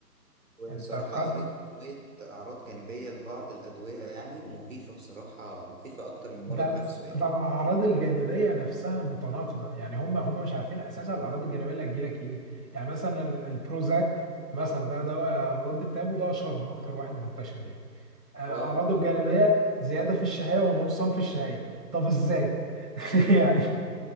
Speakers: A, on the right (about 50°); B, on the right (about 75°).
A: <laughs> وبصراحه
B: أنت قد
A: قريت شويه اعراض جانبيه لبعض الادويه يعني مخيفه بصراحه مخيفه اكتر من المرض
B: ده ال-
A: نفسه يعني
B: ده الاعراض الجانبيه نفسها متناقضه يعني هم هم مش عارفين اساسا الاعراض الجانبيه اللي هتجيلك ايه يعني مثلا ال- البروزاك مثلا ده دواء مضاد اكتئاب وده اشهرهم اكتر واحد منتشر يعني آه، اعراضه
A: اه معروف
B: الجانبيه
A: ده
B: زياده في الشهيه ونقصان في الشهيه طب ازاي <laughs> يعني